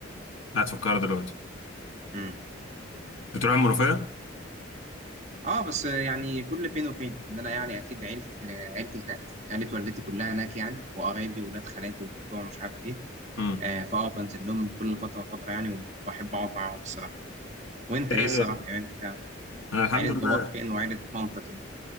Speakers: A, on the left; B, on the right.
A: قاعد في القاهره دلوقتي
B: امم
A: بتروح المنوفيه
B: اه بس يعني كل فين وفين ان انا يعني اكيد عيلتي عيلتي هناك عيله والدتي كلها هناك يعني وقرايبي وولاد خالاتي وبتوع مش عارف ايه
A: امم
B: آه فاه بنزل لهم كل فتره وفتره يعني وبحب اقعد معاهم الصراحه وانت
A: ايه
B: ايه الصراحه يعني انت
A: انا الحمد
B: عيله
A: لله
B: باباك فين وعيله مامتك يعني